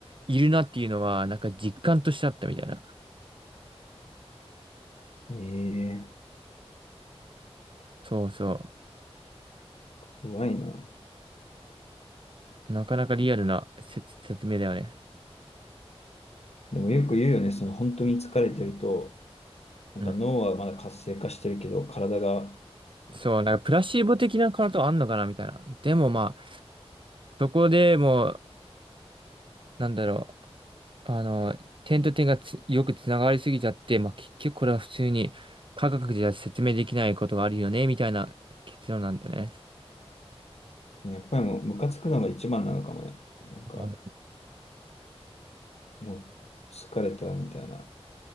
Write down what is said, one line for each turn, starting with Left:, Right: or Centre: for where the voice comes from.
Right: いるなっていうのは、なんか実感としてあったみたいな。
Left: ええ
Right: そうそ
Left: 怖いな。
Right: う。なかなかリアルな説、説明だよね。
Left: でもよく言うよね、その本当に疲れてると、なんか脳はまだ活性化してるけど、
Right: うん。
Left: 体が、
Right: そう、なんかプラシーボ的なことあんのかなみたいな。でもまあ、そこでもう、なんだろう。あの、点と点がつよくつながりすぎちゃって、まあ結局これは普通に科学じゃ説明できないことがあるよね、みたいな結論なんだよね。
Left: やっぱりもうムカつくのが一番なのかもね。なんか、
Right: まあ
Left: もう疲れたみたいな。